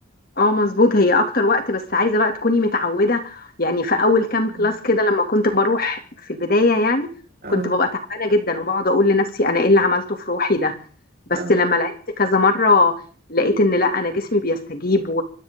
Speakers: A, on the left; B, on the right.
A: اه مظبوط هي اكتر وقت بس عايزه بقى تكوني متعوده يعني في
B: صح.
A: اول كام
B: مم.
A: كلاس كده لما كنت بروح في البدايه يعني
B: اه
A: كنت ببقى تعبانه جدا وبقعد اقول لنفسي انا ايه اللي عملته في روحي ده بس
B: اه
A: لما لعبت كذا مرة لقيت ان لا انا جسمي بيستجيب و...